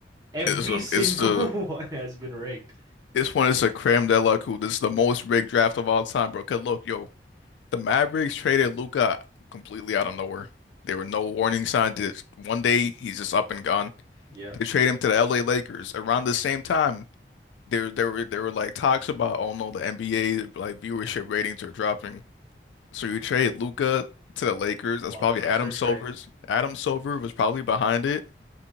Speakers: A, on the right; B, on the left.
A: Every
B: is um,
A: single
B: it's the
A: <laughs> one has been rigged.
B: This one is a creme de la coupe. This is the most rigged draft of all time, bro. Cause look, yo, the Mavericks traded Luka completely out of nowhere. There were no warning signs. Just One day he's just up and gone.
A: Yeah.
B: They trade him to the LA Lakers. Around the same time, there there were there were like talks about, oh no, the NBA like viewership ratings are dropping. So you trade Luka to the Lakers. That's
A: Blockbuster
B: probably Adam Silver's.
A: trade.
B: Adam Silver was probably behind it.